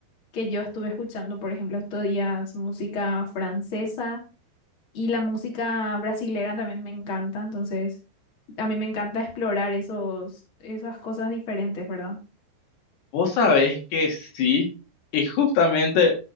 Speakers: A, on the left (about 35°); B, on the left (about 70°).
A: que yo estuve escuchando, por ejemplo, estos días música francesa y la música brasilera también me encanta, entonces a mí me encanta explorar esos, esas cosas diferentes, ¿verdad?
B: Vos sabés que sí, y justamente